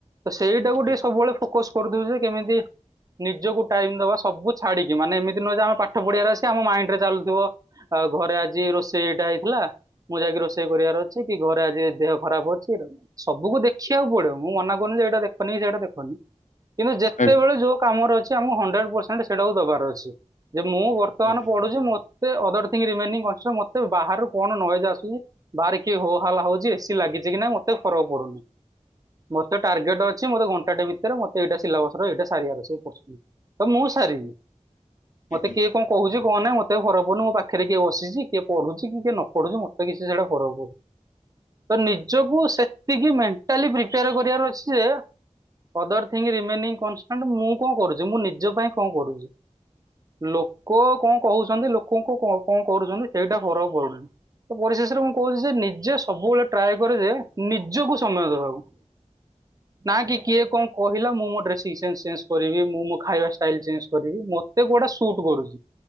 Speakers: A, on the right; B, on the left.
A: ସେଇଟାକୁ
B: ଆଜ୍ଞା
A: ଟିକେ ସବୁବେଳେ ଫୋକସ କରୁଥିବେଯେ କେମିତି ନିଜକୁ ଟାଇମ ଦବା ସବୁଛାଡିକି ମାନେ ଏମିତି ନୁହେଁଯେ ଆମେ ପାଠପଢ଼ିଆରେ ଅଛି ଆମ ମାଇଣ୍ଡ ରେ ଚାଲୁଥିବ ଆଉ ଘରେ ଆଜି ରୋଷେଇ ଏଇଟା ହେଇଥିଲା ମୁଁ ଯାଇକି ରୋଷେଇ କରିବାରଅଛି କି ଘରେ ଆଜି ଦେହ ଖରାପ ଅଛି। ସବୁକୁ ଦେଖିବାକୁ ପଡିବ ମୁଁ ମନା କରୁନି ଯେଏଇଟା ଦେଖନି ସେଇଟା ଦେଖନି କିନ୍ତୁ ଯେତେବେଳେ
B: ଆଜ୍ଞା
A: ଯୋଉ କାମର ଅଛି ଆମ ହଣ୍ଡ୍ରେଡ ପରସେଣ୍ଟ ସେଟାକୁ ଦବାର ଅଛି ଯେ ମୁଁ ବତ୍। ଵର୍ତମାନ
B: ଆଜ୍ଞା ଆଜ୍ଞା
A: ପଢୁଛି ମତେ ଅଦର ଥିଁଙ୍କି ରିମେଇନିଙ୍ଗ କଂସେ ମତେ ବାହାରୁ କଣ ନଏଜ ଆସୁଛି। ବାହାରେ କିିଏ ହୋହାଲ୍ଲା ହୋଉଚି ଏସି ଲାଗିଛି କି ନାଇଁ ମତେ ଫରକ ପଡୁନି ମତେ ଟାର୍ଗେଟ ଅଛି। ଛି ମତେ ଘଣ୍ଟାଟେ ଭିତରେ ମତେ ଏଇଟା ସିଲା ବସ ର ଏଇଟା ସାରିବାରଅଛି ତ ମୁଁ ସାରିବି। ମତେ
B: ଆଜ୍ଞା
A: କିଏ କଣ କହୁଛି କଣ ନାହିଁ ମତେ ଆଉ ଫରକ ପଡୁନି ମୋ ପାଖରେ କିଏ ବସିଛି କିଏ ପଢୁଛି କି କିଏ ନ ପଢୁଛି ମତେ କିଛି ସେଇଟା ଫକରକ ପଡୁନି ତ ନିଜକୁ ସେ ସେତିକି ମେଣ୍ଟାଲି ପ୍ରିପେୟାର କରିବାର ଅଛି ଯେ। ଅଦର ଥିଙ୍ଗ ରିମେନି କନଷ୍ଟାଣ୍ଟ ମୁଁ କଣ କରୁଛି ମୁଁ ନିଜ ପାଇଁ କଣ କରୁଛି। ଲୋକ କଣ କହୁଛନ୍ତି ଲୋକଙ୍କୁ କଣ କଣ କରୁଛନ୍ତି ସେଇଟା ଫରକ ପଡୁନି। ପରିଶେଷରେ ମୁଁ କହୁଛି ଯେ ନିଜେ ସବୁବେଳେ ଟ୍ରାଏ କରେ ଯେ ନିଜକୁ ସମୟ ଦେବାକୁ। ନା କି କିଏ କଣ କହିଲା ମୁଁ ମୋ ଡ୍ରେସିଂ ସେନ୍ସ ଚେଞ୍ଜ କରିବି ମୁଁ ମୋ ଖାଇବା ଷ୍ଟାଇଲ ଚେଞ୍ଜ। କରିବି ମତେ କୋଉଟା ସୁଟ କରୁଛି